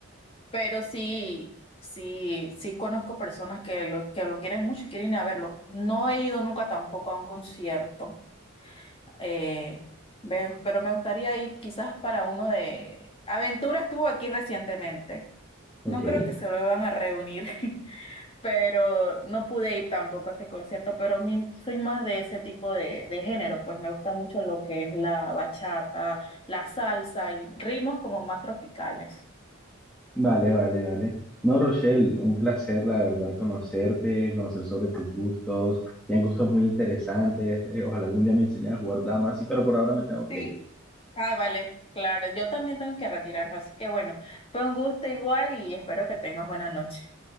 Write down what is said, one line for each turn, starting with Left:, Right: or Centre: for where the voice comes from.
Left: pero sí, sí, sí conozco personas que lo, que lo quieren mucho y quieren ir a verlo. No he ido nunca tampoco a un concierto, eh, ve- pero me gustaría ir quizás para uno de... Aventura estuvo aquí recientemente.
Centre: ok.
Left: No creo que se lo van a reunir. <laughs> pero no pude ir tampoco a ese concierto, pero mi- soy más de ese tipo de, de género, pues me gusta mucho lo que es la bachata, la salsa y ritmos como más tropicales.
Centre: Vale, vale, vale. No, Rochelle,
Left: Sí.
Centre: un placer, la verdad, conocerte, conocer sobre tus gustos. Tienes gustos muy interesantes. Eh, ojalá algún día me enseñes a jugar damas, sí, pero por ahora me tengo
Left: Sí.
Centre: que ir.
Left: Ah, vale, claro, yo también tengo que retirarme, así que bueno, fue un gusto igual y espero que tengas buena noche.